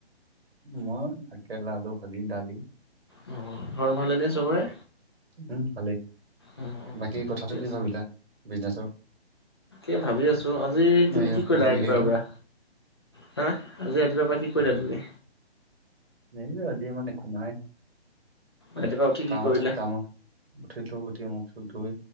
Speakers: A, on the right; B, on the left.
A: ময়ো, ভাতকেৰেলা, আলো, ভাজি, দালি।
B: অ ঘৰত ভালেনে চবৰে?
A: উম ভালেই,
B: অ
A: বাকী
B: ঠিকে
A: কথাটো কি
B: আছে
A: ভাবিলা, বিজনেচৰ?
B: এ ভাবি আছো, আজি তুমি
A: এইয়া
B: কি কৰিলা
A: পুখুৰী
B: ৰাতিপুৱাৰ
A: হেৰিটো?
B: পৰা? হা, আজি ৰাতিপুৱাৰ পৰা কি কৰিলা তুমি?
A: হেই আজি মানে একো নাই, অ
B: ৰাতিপুৱা উঠি কি
A: কাম
B: কৰিলা
A: এটা কামত উঠিলো উঠি মুখ চুখ ধুই